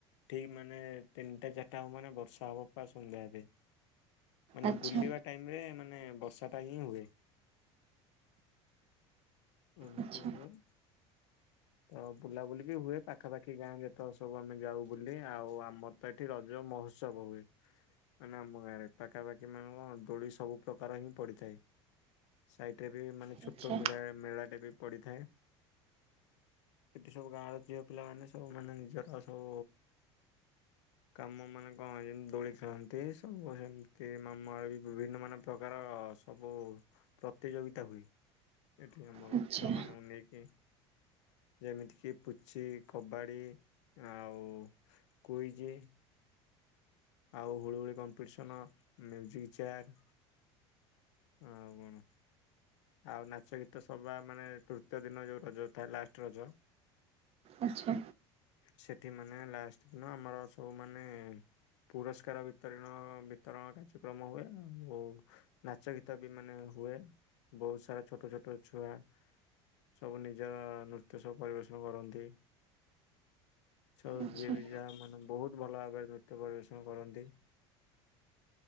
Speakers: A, on the left (about 80°); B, on the right (about 40°).
A: ଠିକ୍ ମାନେ ତିନିଟା ଚାରିଟା ହବ ମାନେ ବର୍ଷା ହବ ପା ସନ୍ଧ୍ୟା ଯାଏ। ମାନେ
B: ଆଚ୍ଛା
A: ବୁଲିବା ଟାଇମରେ ମାନେ ବର୍ଷାଟା ହିଁ ହୁଏ। ଏବେ
B: ଆଚ୍ଛା
A: କୋଉଠି? <inaudible> ତ ବୁଲାବୁଲି ବି ହୁଏ ପାଖାପାଖି ଗାଁ ଯେତକ ସବୁ ଆମେ ଯାଉ ବୁଲି ଆଉ ଆମର ତ ଏଠି ରଜ ମହୋତ୍ସବ ହୁଏ। ମାନେ ଆମ ଗାଁରେ ପାଖାପାଖି ମ୍ୟାମ ଦୋଳି ସବୁ ପ୍ରକାର ହିଁ ପଡିଥାଏ। ସାଇଟରେ ବି ମାନେ ଛୋଟ
B: ଆଚ୍ଛା
A: ମେଳା ମେଳାଟେ ବି ପଡିଥାଏ। ଏଠି ସବୁ ଗାଁର ଝିଅ ପିଲାମାନେ ସବୁ ମାନେ ନିଜର ସବୁ କାମ ମାନେ କଣ ଯେମତି ଦୋଳି ଖେଳନ୍ତି ସବୁ ଯେନ୍ତି ମାମା ବି ବି ଭିନ୍ନ ଭିନ୍ନ ପ୍ରକାର ସବୁ ପ୍ରତିଯୋଗିତା ହୁଏ ଏଠି ଆମର
B: ଆଚ୍ଛା
A: ଛୁଆମାନୁଙ୍କୁ ନେଇକି ଯେମିତି କି ପୁଚି, କବାଡି ଆଉ କୁଇଜ। ଆଉ ହୁଳ ହୁଳି କମ୍ପିଟିସନ ମ୍ୟୁଜିକ୍ ଚେୟାର୍ ଆଉ କଣ? ଆଉ ନାଚ ଗୀ ତ ସବା ମାନେ ତୃତୀୟ ଦିନ ଯୋଉ ରଜ ଥାଏ ଲାଷ୍ଟ ରଜ
B: ଆଚ୍ଛା
A: ସେଠି ମାନେ ଲାଷ୍ଟ ଦିନ ଆମର ସବୁ ମାନେ ପୁରସ୍କାର ବିତରିଣ ବିତରଣ କାର୍ଯ୍ୟକ୍ରମ ହୁଏ ଆଉ ନାଚ ଗୀତବି ମାନେ ହୁଏ ବହୁତ୍ ସାରା ଛୋଟ ଛୋଟ ଛୁଆ ସବୁ ନିଜ ନୃତ୍ୟ ସବୁ ପରିବେଷଣ କରନ୍ତି। ସବୁ
B: ଆଚ୍ଛା
A: ଯିଏବି ଯାହା ମାନେ ବହୁତ୍ ଭଲ ଭାବରେ ନୃତ୍ୟ ପରିବେଷଣ କରନ୍ତି।